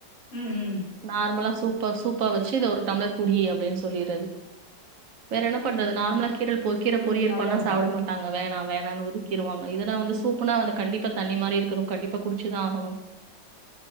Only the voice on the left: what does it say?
உம் உம்
ம்
நல்லதுதா